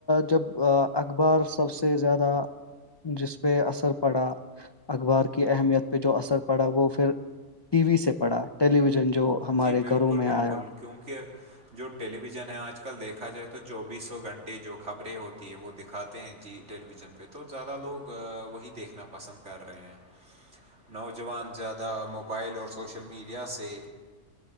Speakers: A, on the left; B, on the right.
A: جب اخبار سب سے زیادہ جس پہ اثر پڑا اخبار کی اہمیت پہ جو اثر پڑا وہ پھر ٹی وی سے پڑھا ٹیلی ویژن جو ہمارے
B: جی بالکل
A: گھروں میں
B: بالکل
A: آیا
B: کیونکہ جو ٹیلی ویژن ہے آج کل دیکھا جائے تو چوبیسوں گھنٹے جو خبریں ہوتی ہیں وہ دکھاتے ہیں چی ٹیلی ویژن پہ تو زیادہ لوگ وہی دیکھنا پسند کر رہے ہیں نوجوان زیادہ موبائل اور سوشل میڈیا سے